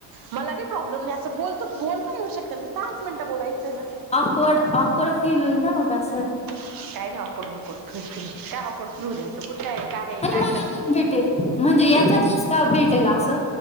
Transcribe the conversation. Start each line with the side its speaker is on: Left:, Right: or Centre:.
Right: मला काही प्रॉब्लेम नाही असं बोलतो बोलता येऊ शकत ना दहाच मिनिटं बोलायचं ना
Left: अकवड ऑकवर्ड फील होईल ना होग सर
Right: काय नाही अकोड बकोड फल काय अकोड फुलू द्यायचं कुठे आहे काय
Left: आणि
Right: काय
Left: मला
Right: करतं
Left: कोण भेटेल म्हणजे याच्यातलीच्टाफ भेटेल असं